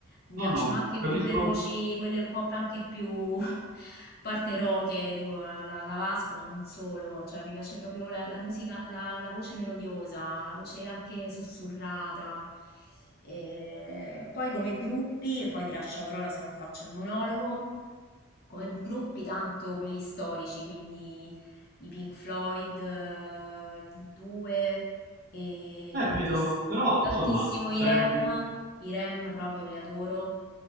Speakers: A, on the left; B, on the right.
A: mi
B: No,
A: piacciono
B: no,
A: anche
B: capisco.
A: più le voci, quelle un po' più- anche più <laughs> parte roche, tipo la, la- la Vasco, ma non solo, cioè mi piace proprio la, la musica, la, la voce melodiosa, la voce anche sussurrata. E poi come gruppi, e poi ti lascio la parola se non faccio il monologo come gruppi tanto quelli storici, quindi i Pink Floyd, eh, gli U2 e
B: Eh,
A: tantiss-
B: vedo, però,
A: tantissimo
B: insomma,
A: i
B: prendi.
A: REM, i REM proprio li adoro.